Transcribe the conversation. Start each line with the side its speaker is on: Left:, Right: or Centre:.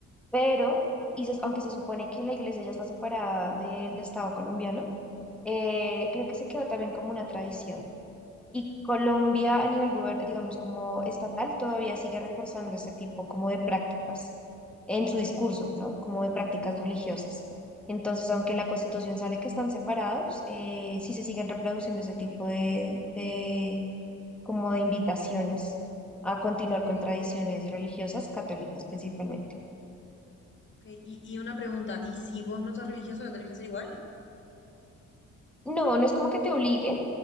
Centre: pero y se- aunque se supone que la iglesia ya está separada del Estado colombiano, eh, creo que se quedó también como una tradición. Y Colombia a nivel, gober- digamos, como estatal, todavía sigue reforzando ese tipo como de prácticas en su discurso,
Left: Ah,
Centre: ¿no? Como de prácticas religiosas. Entonces, aunque en la Constitución sale que están separados, eh, sí se siguen reproduciendo ese tipo de, de como de invitaciones a continuar
Left: Ok,
Centre: con tradiciones religiosas católicas principalmente.
Left: ok. Y, y una pregunta. ¿Y si vos no sos religioso, lo tenés que hacer igual?
Centre: No, no es como que te obliguen,